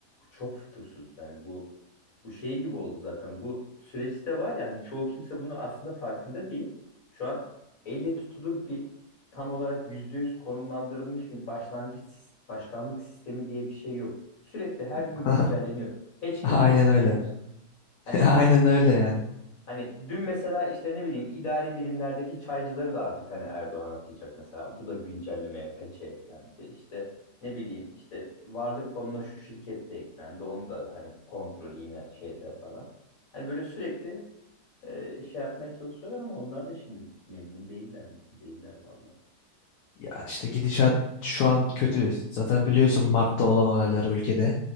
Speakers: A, on the left; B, on the left.
A: çok fütursuz. Yani bu bu şey gibi oldu zaten. Bu süreçte var ya hani çoğu kimse bunu aslında farkında değil. Şu an elle tutulur bir tam olarak yüzde yüz konumlandırılmış bir başlangıç sis- başkanlık sistemi diye bir şey yok. Sürekli her gün
B: <laughs>
A: güncelleniyor. Patch
B: Aynen
A: geliyor ona
B: öyle.
A: biliyor musun?
B: <laughs>
A: Hani
B: Aynen öyle yani.
A: Hani dün mesela işte ne bileyim idari bilimlerdeki çaycıları da artık hani Erdoğan atayacak mesela. Bu da güncellemeye peçe eklendi. İşte ne bileyim işte varlık fonuna şu şirket de eklendi. Onu da hani kontrolü yine şeyde falan. Hani böyle sürekli e, şey yapmaya çalışıyorlar ama onlar da şimdi memnun değiller, mutlu değiller valla.
B: Ya işte gidişat şu an kötü. Zaten biliyorsun Mart'ta olan olaylar ülkede.